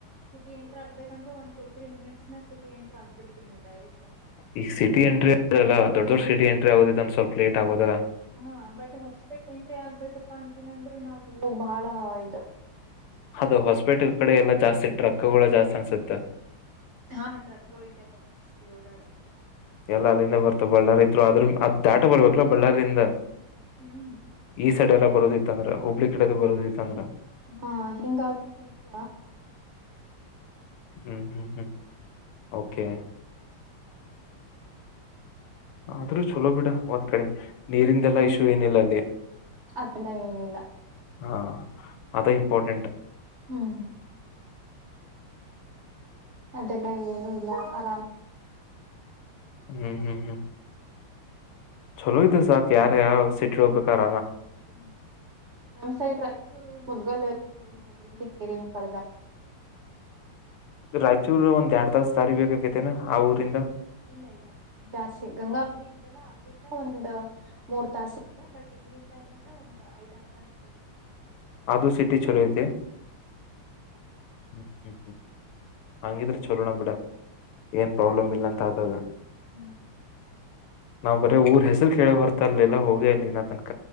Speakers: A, on the right; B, on the left.
A: ಸಿಟಿ <unintelligible> ತ್ರ ಆಗ್ಬೇಕಂದ್ರೆ ಒಂದು ಟೂ ತ್ರೀ ಮಿನಿಟ್ಸ್ನ ಸಿಟಿ ಎಂಟ್ರ್ ಆಗ್ಬಿಡ್ತೀನಿ ಡೈರೆಕ್ಟ್.
B: ಈಗ ಸಿಟಿ ಎಂಟ್ರಿ ಅಲ್ಲ ದೊಡ್ ದೊಡ್ಡ ಸಿಟಿ ಎಂಟ್ರಿ ಆಗೋದ ಅಂದಂದು ಸ್ವಲ್ಪ ಲೇಟ್ ಆಗೋದಾ.
A: ಹಾ ಬಟ್ ಹೊಸಪೇಟೆಯಿಂದ ಎಂಟ್ರಿ ಆಗ್ಬೇಕಪ್ಪಾ ಅಂತ ನಂದ್ರರು ನಾವು. ಬಹಳ ಇದು.
B: ಅದು ಹೊಸಪೇಟೆ ಕಡೆ ಎಲ್ಲ ಜಾಸ್ತಿ. ಟ್ರಕ್ಗಳು ಜಾಸ್ತಿ ಅನ್ಸುತ್ತೆ.
A: ಹಾ ಟ್ರಕ್ಕು. <unintelligible>
B: ಎಲ್ಲ ಅಲ್ಲಿಂದ ಬರ್ತ ಬಳ್ಳಾರಿ ಇದ್ರು ಆದ್ರ ಅದ ದಾಟ ಬರ್ಬೇಕಲಾ ಬಳ್ಳಾರಿಯಿಂದ.
A: ಹ್ಮ್.
B: ಈ ಸೈಡ್ ಎಲ್ಲ ಬರೋದತ್ತಂದ್ರ ಹುಬ್ಬಳ್ಳಿ ಕಡೆದು ಬರೋದತ್ತ ಅ್ರ.
A: ಹಾ ಹಿಂಗಾಗಿ ಸ್ವಲ್ಪ.
B: ಹ್ಮ್ ಹ್ಮ್ ಹ್ಮ್. ಓಕೆ. ಆದ್ರೂ ಚಲೋ ಬಿಡ ಒಂದ್ ಕಡೆ. ನೀರಿಂದೆಲ್ಲ
A: ಹ್ಮ್
B: ಇಶ್ಯು ಏನಿಲ್ಲಲ್ಲಿ.
A: ಅದೆಲ್ಲ ಏನಿಲ್ಲ
B: ಹಾ. ಅದು ಇಂಪಾರ್ಟೆಂಟ್.
A: ಹ್ಮ್ ಅದೆಲ್ಲಾ ಏನು ಇಲ್ಲ ಆರಾಮಲ್ಲ.
B: ಹ್ಮ್ ಹ್ಮ್ ಹ್ಮ್. ಚಲೋ ಇದ್ದ ಸರ್ ಯಾರ ಯ ಸಿಟಿ ಹೋಗ್ಬೇಕಾಾರ.
A: ಹ್ಮ್ ನಂಗ್ ಸೈಡ್ ರಾಯಚೂರು ಮುದ್ಗಲ್ಲ ಸೈಡ್. <unintelligible> ಪರದಾಾಗ.
B: ರಾಯಚೂರ್ ಒಂದ್ ಎರಡ್ ತಾಸ ದಾರಿ ಬೇಕಾಗಿದ್ದೇನು ಆ ಊರಿಂದ.
A: ಇಲ್ಲ ಇಲ್ಲ ಜಾಸ್ತಿ ಗಂಗಾವತಿ ಇತ್ತಲ್ಲ ಅಲ್ಲಿ್ರಿಂದ ಒಂದ್ ಮೂರ್ ತಾಸ ಇತ್ತು ಬಟ್ ಇದ್ರಂದ ಏನದ ಒಂದ್ ಐದಾರ ತಾಸ ಬೇಕು.
B: ಅದು ಸಿಟಿ ಚಲೋ ಐತೆ. ಹ್ಮ್ ಹ್ಮ್ ಹಂಗಿದ್ರೆ ಚಲೋಣ ಬಿಡ. ಏನ್ ಪ್ರಾಬ್ಲಮ್ ಇಲ್ಲ ಅಂತ. ಹೌದ.
A: ಹ್ಮ್.
B: ನಾವ್ ಬರೇ ಊರ್ ಹೆಸರು ಕೇಳ ಹೊರ್ತಾ ಇಲಿಲ್ಲ ಹೋಗೇ ಅಲ್ಲಿನ ತಿನಕ.